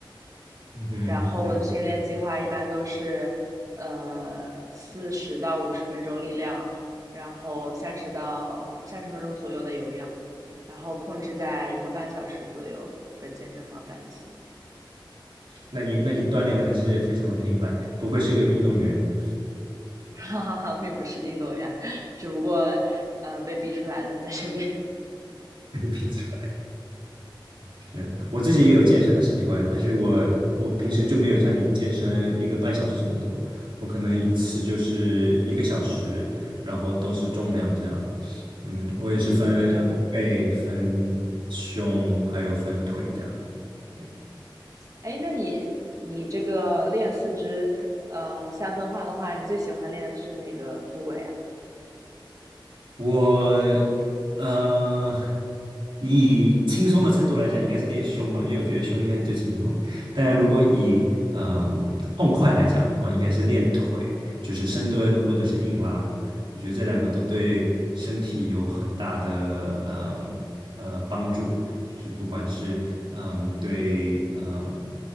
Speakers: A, on the right; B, on the right.
A: 嗯哼，
B: 然后我的训练计划一般都是，
A: 两个，
B: 呃，四十到五十分钟力量，然后三十到三十分钟左右的有氧，然后控制在一个半小时左右的健身房单次。
A: 那你那你锻炼的还是非常的频繁，不愧是个运动员。
B: 哈哈哈，并不是运动员，只不过呃被逼出来的，在这边。
A: <laughs> 平常是我自己也有健身的习惯，但是我我平时就没有像你健身一个半小时这么多，我可能一次就是一个小时，然后都是重量这样。嗯，我也是分背、
B: 嗯，对。
A: 分胸，还有分腿这样。对。
B: 哎，那你你这个练四肢呃三分化的话，你最喜欢练的是哪个部位啊？
A: 我呃，以轻松的程度来讲，应该是练胸嘛，因为我觉得胸应该是最轻松的。但如果以嗯、呃痛快来讲的话，应该是练腿，就是深蹲或者是硬拉。我觉得这两个都对身体有很大的嗯呃帮助，就是不管是嗯对嗯